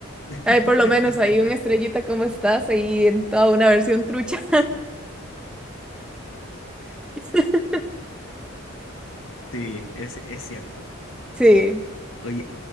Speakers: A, on the left; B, in the centre.
A: <laughs>
B: Ay, por lo menos ahí un estrellita como estás, ahí en toda una versión trucha. <laughs>
A: Sí, es, es cierto.
B: Sí.
A: Oye,